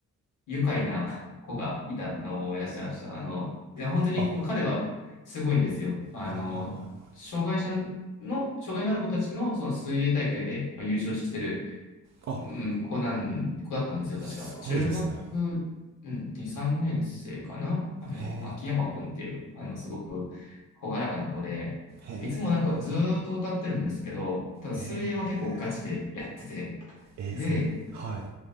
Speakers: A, on the left; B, on the right.
A: 愉快な子がいたのを思い出してました。あの、いや、本当に彼はすごいんですよ。
B: あは
A: あの、
B: いはいはい
A: 障害者の、障害のある子たちのその水泳大会でまあ優勝してる、
B: あ
A: うん、子なん、子だったんですよ、
B: すごいですね
A: 確か。中学、うん、2、3年生かなあの、
B: へ
A: 秋山くんっていう、あの、すごく朗らかな子で、
B: えへええ
A: いつもなんかずーっと歌ってるんですけど、ただ水泳は結構ガチでやってて、
B: ええーそんはい
A: で、